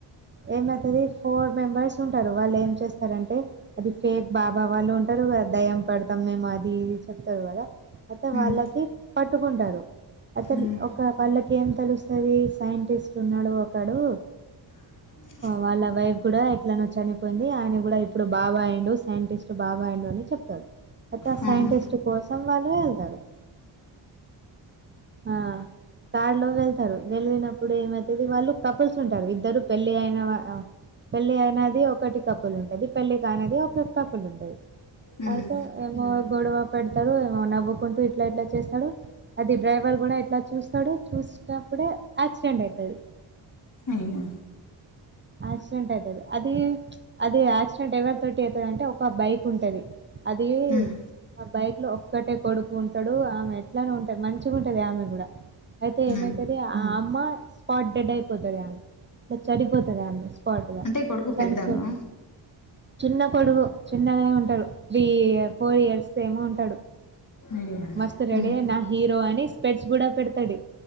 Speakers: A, on the right (about 25°); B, on the left (about 40°).
A: ఏమైతది ఫోర్ మెంబర్స్ ఉంటారు వాళ్ళు ఏం చేస్తారంటే అది ఫేక్ బాబా వాళ్ళు ఉంటారు కదా దయ్యం పడతాం మేము అది ఇది చెప్తారు కదా అయితే
B: హ్మ్.
A: వాళ్ళకి పట్టుకుంటారు అతను
B: హ్మ్.
A: ఒక వాళ్ళకి ఏం తెలుస్తది సైంటిస్ట్ ఉన్నాడు ఒకడు
B: అ
A: వాళ్ళ వైఫ్ కూడా ఎట్లాన చనిపోయింది ఆయన కూడా ఇప్పుడు బాబాయిండు సైంటిస్ట్ బాబా అండు అని చెప్పారు అయితే ఆ
B: హ్మ్.
A: సైంటిస్ట్ కోసం వాళ్ళు వెళ్తారు ఆ తాడులో వెళ్తారు వెళ్ళినప్పుడు ఏమైతది వాళ్ళు కపుల్స్ ఉంటారు ఇద్దరు పెళ్లి అయిన పెళ్లి అయినది ఒకటి కప్పుల్ ఉంటది పెళ్లికి కానిది ఒక కప్పుల్ ఉంటది
B: హ్మ్.
A: అయితే ఏమో గొడవ పెడతాడు ఏమో నవ్వుకుంటూ ఇట్లా ఇట్లా చేస్తాడు అది డ్రైవర్ కూడా ఇట్లా చూస్తాడు చూసినప్పుడే యాక్సిడెంట్ అయితది
B: అయ్యో
A: యాక్సిడెంట్ అయితది అది అది యాక్సిడెంట్ ఎవరి తోటి అయితది అంటే ఒక బైక్ ఉంటది అది
B: హ్మ్.
A: ఆ బైక్ లో ఒక్కటే కొడుకు ఉంటాడు ఆమె ఎట్లానే ఉంటాది మంచిగా ఉంటది ఆమె కూడా అయితే
B: హ్మ్.
A: ఏమైతది ఆ అమ్మ స్పాట్ డెడ్ అయిపోతది ఆమె ఇట్లా చనిపోతది ఆమె స్పాట్ గా
B: అంటే కొడుకు
A: చనిపో
B: పెద్దగా?
A: చిన్న కొడుకు చిన్నగానే ఉంటాడు త్రీ ఫోర్ ఇయర్స్ ఏమో ఉంటాడు
B: అయ్యో!
A: మస్తు రెడీ
B: హ్మ్.
A: నా హీరో అని స్పెట్స్ కూడా పెడతాడు